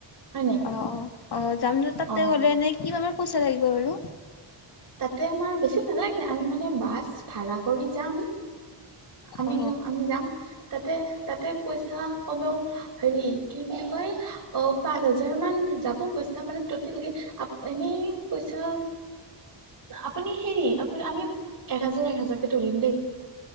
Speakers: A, on the right (about 45°); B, on the left (about 60°).
A: হয় নাই?
B: অ অ অ যাম দ তাতে
A: অ'
B: গ'লে এনে কিমাণ মান পইচা লাগিব বাৰু
A: তাতে আমাৰ বেছি নালাগে আমি মানে বাছ ভাড়া কৰি যাম আমি
B: অ
A: আমি যাম তাত তা তাতে পইচা কমেও হেৰি কি বুলি কয় পাঁচ হাজাৰ মান যাব পইচা মানে ট'টেল এনেই পইচা আপুনি হেৰি আপু আমি এক হাজাৰ এক হাজাৰকে তুলিম দেই